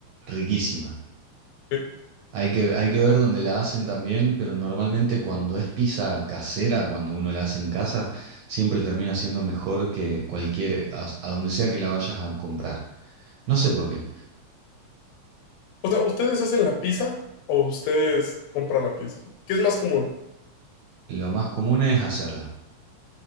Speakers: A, on the right; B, on the left.
A: riquísima.
B: Sí.
A: Hay que, hay que ver dónde la hacen también, pero normalmente cuando es pizza casera, cuando uno la hace en casa, siempre termina siendo mejor que cualquier, a, a donde sea que la vayas a comprar. No sé por qué.
B: O sea, ¿ustedes hacen la pizza o ustedes compran la pizza? ¿Qué es más común?
A: Lo más común es hacerla.